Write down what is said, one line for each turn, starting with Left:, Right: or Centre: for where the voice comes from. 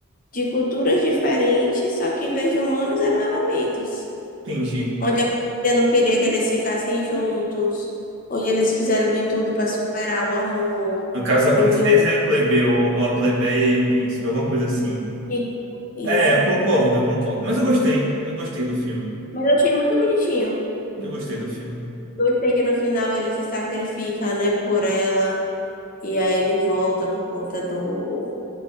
Left: de culturas diferentes, só que em vez de humanos eram elementos.
Right: entendi.
Left: Onde a família não queria que eles ficassem juntos, onde eles fizeram de tudo para superar o amor,
Right: No caso, a princesa
Left: onde um.
Right: e o plebeu, ou a plebeia e o príncipe, alguma coisa assim.
Left: <laughs> Isso.
Right: É, eu concordo, eu concordo. Mas eu gostei, eu gostei do filme.
Left: Mas eu achei muito bonitinho.
Right: Eu gostei do filme.
Left: Gostei que no final ele se sacrifica, né, por ela. E aí ele volta por conta do,